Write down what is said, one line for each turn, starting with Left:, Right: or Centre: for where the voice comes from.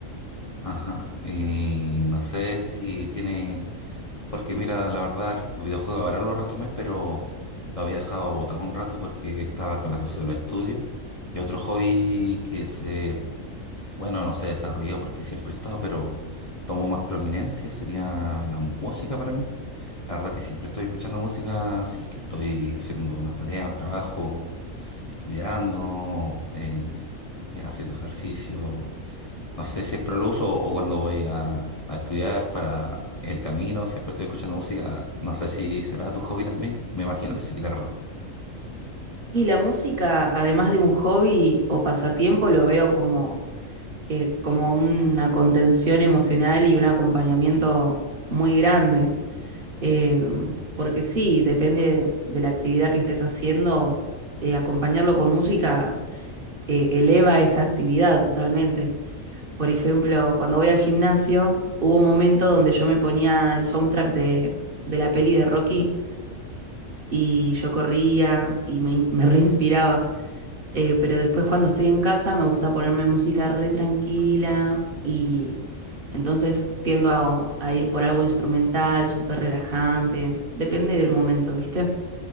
Left: Ajá, y no sé si tiene, porque mira, la verdad, el videojuego ahora lo retomé, pero lo había dejado botado un rato porque estaba con la cosa de los estudios. Y otro hobby que se, s- bueno, no se desarrolló porque siempre he estado, pero tomó más prominencia sería la música para mí. La verdad que siempre estoy escuchando música, si es que estoy haciendo una tarea, un trabajo, estudiando, eh, eh, haciendo ejercicio. No sé, siempre lo uso o cuando voy a, a estudiar para el camino, siempre estoy escuchando música. No sé si será tu hobby también. Me imagino que sí, la verdad.
Right: Y la música, además de un hobby o pasatiempo, lo veo como, eh, como una contención emocional y un acompañamiento muy grande. Eh, porque sí, depende de la actividad que estés haciendo, eh, acompañarlo con música eh, eleva esa actividad totalmente. Por ejemplo, cuando voy al gimnasio, hubo un momento donde yo me ponía el soundtrack de, de la peli de Rocky y yo corría y me, me <laughs> reinspiraba. Eh, pero después cuando estoy en casa me gusta ponerme música re tranquila y entonces tiendo a, a ir por algo instrumental, súper relajante, depende del momento, ¿viste?